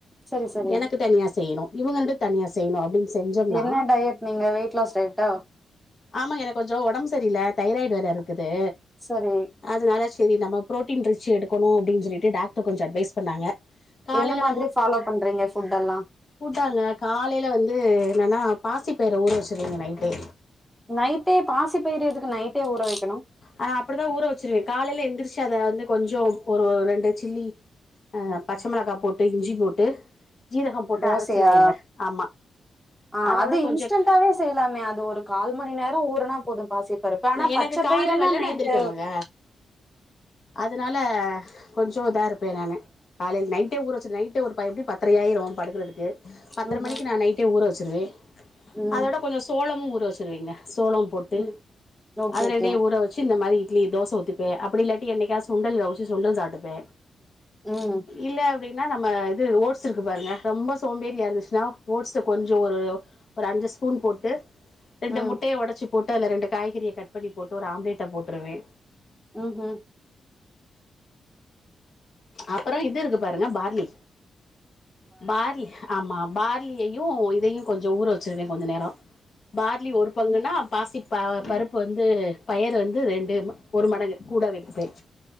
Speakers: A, in the centre; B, on the left.
A: சரி சரி
B: எனக்கு தனியா செய்யிணு இவுங்க ரெண்டு தனியா செய்யணு அப்டினு செஞ்சோம்னா
A: என்ன டயட் நீங்க வெயிட் லாஸ் டயட்டா
B: ஆமா எனக்கு கொஞ்சோ ஒடம்பு சரியில்ல தைராய்டு வேற இருக்குது
A: சரி
B: அதுனால சரி நம்ம ப்ரோட்டீன் ரிச் எடுக்கணு அப்டினு சொல்லிட்டு டாக்டர் கொஞ்சோ அட்வைஸ் பண்ணாங்க காலையில
A: என்ன மாதிரி ஃபாலோ பண்றீங்க ஃபுட் எல்லா
B: பூட்டாங்க காலையில வந்து என்னன்னா பாசிப்பயிற ஊற வச்சுடுவேங்க நைட்டே
A: நைட்டு பாசி பயிரு எதுக்கு நைட்டே ஊற வெக்கணு
B: அத அப்டித்தா ஊற வச்சிருவ காலையில எந்திரிச்சு அத வந்து கொஞ்சோ ஒரு ரெண்டு சில்லி அ பச்ச மொளகா போட்டு இஞ்சி போட்டு சீரகம் போட்டு
A: தோசையா
B: அரைச்சிருவேங்க ஆமா
A: ஆ
B: அதோட
A: அது
B: கொஞ்சோ
A: இன்ஸ்டன்டாவே செய்லாமே அது ஒரு கால் மணி நேரம் ஊறுனா போது பாசி பருப்பு ஆனா
B: எனக்கு
A: பச்ச
B: காலைல
A: பயிறுன்னா
B: வெள்ளன்ன
A: நைட்டு
B: எந்திரிக்கனுங்க அதுனால கொஞ்சோ இதா இருப்பே நானு காலையில நைட்டே ஊற வச்சிரு நைட்டு ஒரு பய் எப்டியு பத்தரை ஆயிரு படுக்குறதுக்கு பத்தர
A: ம்ஹும்
B: மணிக்கு நா நைட்டே ஊற வச்சிருவே
A: ம்
B: அதோட கொஞ்சோ சோளமு ஊற வச்சிருவேங்க சோளம் போட்டு
A: ம் ஓகே
B: அது
A: ஓகே
B: ரெண்டையு ஊற வச்சு இந்த மாதிரி இட்லி தோச ஊத்திப்பே அப்டி இல்லாட்டி என்னைக்காது சுண்டல் அவிச்சி சுண்டல் சாட்டுப்பே
A: ம்
B: இல்ல அப்டினா நம்ம இது ஓட்ஸு இருக்கு பாருங்க ரொம்ப சோம்பேறியா இருந்துச்சின்னா ஓட்ஸ கொஞ்சோ ஒரு ஒரு அஞ்சு ஸ்பூன் போட்டு ரெண்டு
A: ம்
B: முட்டைய ஒடச்சு போட்டு அதுல ரெண்டு காய்கறிய கட் பண்ணி போட்டு ஒரு ஆம்லேட்ட போட்டுருவே
A: ம் ம்
B: அப்றோ இது இருக்கு பாருங்க பார்லி பார்லி ஆமா பார் யையு இதையு கொஞ்சோ ஊற வச்சிருவே கொஞ்ச நேரோ பார்லி ஒரு பங்குன்னா பாசி ப பருப்பு வந்து பயரு வந்து ரெண்டு ஒரு மடங்கு கூட எத்துப்பே